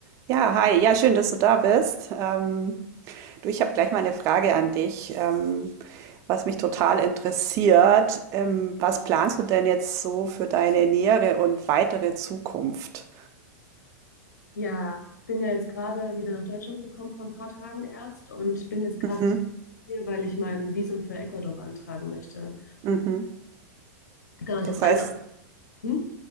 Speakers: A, on the right (about 35°); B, on the left (about 80°).
A: Ja, hi. Ja, schön, dass du da bist. Ähm, du, ich habe gleich mal eine Frage an dich, ähm, was mich total interessiert. Ähm, was planst du denn jetzt so für deine nähere und weitere Zukunft?
B: Ja, ich bin ja jetzt gerade wieder nach Deutschland gekommen vor ein paar Tagen erst und bin jetzt gerade
A: Mhm,
B: hier, weil ich mein Visum für Ecuador beantragen möchte.
A: mhm.
B: Genau, ich
A: Das
B: habe
A: heißt,
B: eigentlich auch, hm?